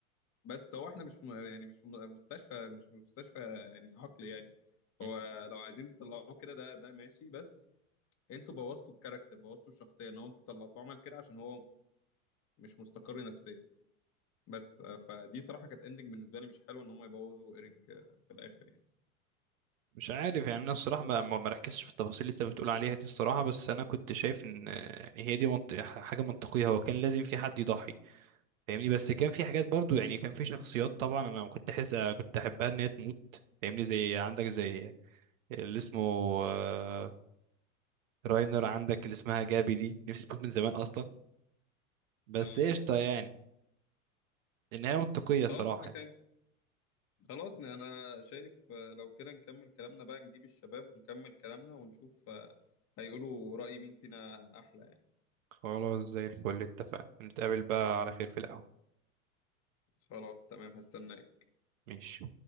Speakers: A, on the left (about 35°); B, on the right (about 65°).
A: بس هو احنا مش في م- يعني مش في م- مستشفى مش في مستشفى يعني عقل يعني
B: م.
A: هو لو عايزين تطلعوه كده ده ده ماشي بس انتوا بوظتوا الكاركتر بوظتوا الشخصيه ان هو انتوا طلعتوه عمل كده عشان هو مش مستقر نفسيا بس آه، فدي صراحه كانت اندنج بالنسبه لي مش حلوه ان هم يبوظوا ايرينج آه، في الاخر يعني
B: مش عارف يعني انا الصراحه ما ما ما ركزتش في التفاصيل اللي انت بتقول عليها دي الصراحه بس انا كنت شايف ان يعني هي دي منط... حاجه منطقيه هو كان لازم في حد يضحي فاهمني بس كان في حاجات برضو يعني كان في شخصيات طبعا انا كنت احس كنت احبها ان هي تموت فاهمني زي عندك زي اللي اسمه آه، راينر عندك اللي اسمها جابي دي نفسي تموت من زمان اصلا بس
A: آه
B: قشطه يعني النهايه منطقيه صراحه
A: خلاص اذا
B: يعني.
A: كان خلاص انا شايف آه، لو كده نكمل كلامنا بقى نجيب الشباب ونكمل كلامنا ونشوف آه، هيقولوا رأي مين فينا احلى يعني
B: خلاص زي الفل اتفقنا نتقابل بقى على خير في القهوه
A: خلاص تمام هستناك
B: ماشي